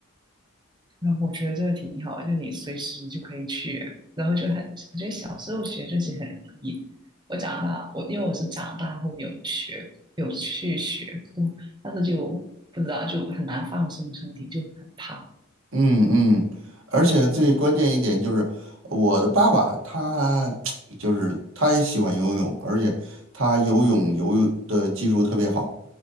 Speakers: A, on the right; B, on the right.
A: 然后我觉得这个挺好的就你随时就可以去，然后就很，我觉得小时候学这些很容易。我长大，我因为我是长大后有学，有去学过，但是就不知道就很难放松身体，就很怕。
B: 嗯嗯，而且最关键一点就是，我的爸爸他 <tsk> 就是他也喜欢游泳，而且他游泳游的技术特别好。